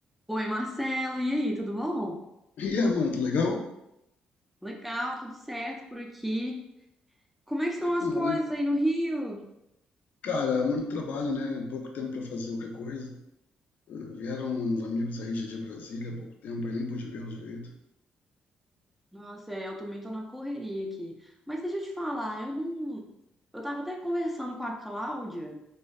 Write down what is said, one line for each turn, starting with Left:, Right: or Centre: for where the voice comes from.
Centre: Oi, Marcelo, e aí, tudo bom?
Left: E é, mano, tá legal?
Centre: Legal, tudo certo por aqui. Como é que estão
Left: Aqui também.
Centre: as coisas aí no Rio?
Left: Cara, é muito trabalho, né? Pouco tempo pra fazer qualquer coisa. Eh, Vieram uns amigos aí de de Brasília há pouco tempo, aí nem pude vê-los direito.
Centre: Nossa, é, eu também tô na correria aqui. Mas deixa eu te falar, eu não. Eu tava até conversando com a Cláudia